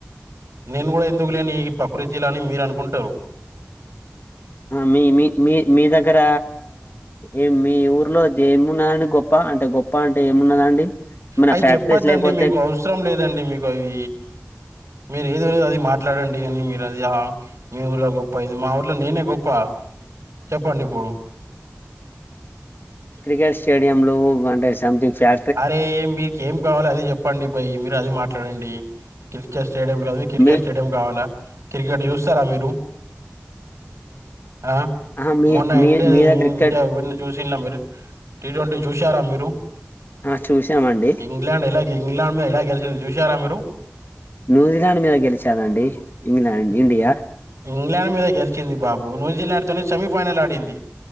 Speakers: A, on the right (about 80°); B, on the left (about 45°).
A: నేను కూడా ఎందుకు లేని ఈ ప్రకృతిలని మీరు అనుకుంటరు
B: మీ మీ మీ మీ దగ్గర ఏ మీ ఊర్లో దేమునని గొప్ప అంటే గొప్ప అంటే ఏమున్నదండి ఏమన్నా
A: అవి
B: ఫ్యాక్టరీస్
A: చెప్పద్దండి
B: లేకపోతే
A: మీకు అవసరం లేదండి మీకు అవి మీరు ఏది అది మాట్లాడండి కానీ మీరు అది ఆ మీ ఊర్లో గొప్ప ఇది మా ఊర్లో నేనే గొప్ప చెప్పండి ఇప్పుడు
B: క్రికెట్ స్టేడియం లో అంటే సంథింగ్ ఫ్యా
A: అరే మీక్ ఏం కావాలి అదే చెప్పండి భై మీరు అది మాట్లాడండి క్రికెట్ స్టేడియం కాదు క్రికెట్
B: మీ
A: స్టేడియం కావ లా క్రికెట్ చూస్తారా మీరు ఆ
B: ఆహా! మీ
A: మొన్న
B: మీ
A: ఇండియా
B: మీద క్రికెట్
A: ఇండియా విన్ చూస్ తిన్న మీరు టీ ట్వంటీ చూసారా మీరు
B: ఆ చూసామండి
A: ఇంగ్లాండ్ ఎలా ఇంగ్లాండ్ మే ఎలా గెలిచింది చూసారా మీరు
B: న్యూజిలాండ్ మీద గెలిచదండి ఇంగ్లాండ్ ఇండియా
A: ఇంగ్లాండ్ మీద గెలిచింది బాబు న్యూజిలాండ్ తోనే సెమీఫైనల్ ఆడింది